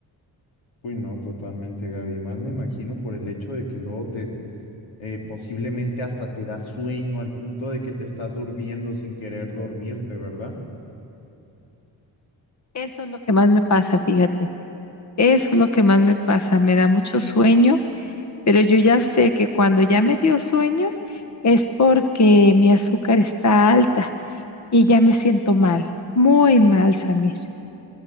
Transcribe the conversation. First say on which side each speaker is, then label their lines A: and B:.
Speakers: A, on the left; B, on the left.
A: Uy, no, totalmente, Gaby. Más me imagino por el hecho de que luego te eh, posiblemente hasta te da sueño al punto de que te estás durmiendo sin querer dormirte, ¿verdad?
B: Eso es lo que más me pasa, fíjate. Eso es lo que más me pasa. Me da mucho sueño, pero yo ya sé que cuando ya me dio sueño es porque mi azúcar está alta y ya me siento mal, muy mal, Samir.